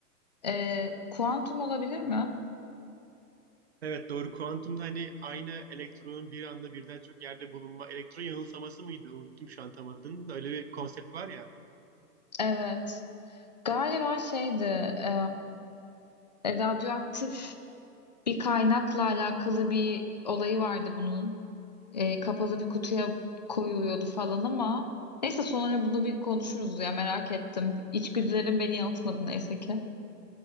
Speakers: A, on the left; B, on the right.
A: e, kuantum olabilir mi?
B: Evet doğru. Kuantumda hani aynı elektronun bir anda birden çok yerde bulunma. Elektron yanılsaması mıydı? Unuttum şu an tam adını da. Öyle bir konsept var ya.
A: Evet. Galiba şeydi e, radyoaktif bir kaynakla alakalı bir olayı vardı bunun. e, kapalı bir kutuya koyuluyordu falan ama neyse sonra bunu bir konuşuruz ya merak ettim. İçgüdülerim beni yanıltmadı neyse ki.